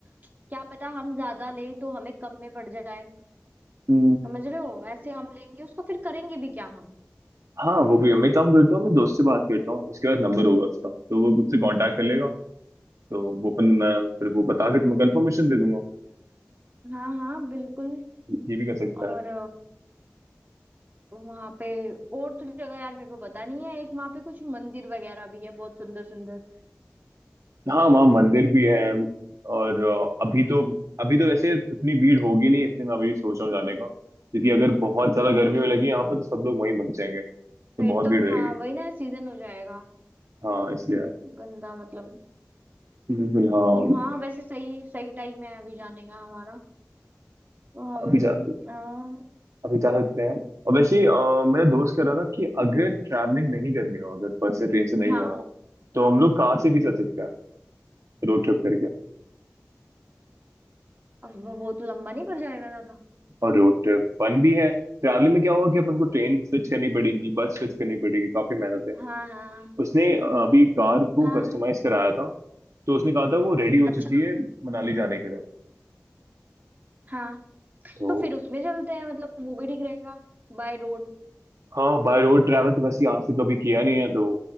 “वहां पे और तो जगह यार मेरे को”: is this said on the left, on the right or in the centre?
Right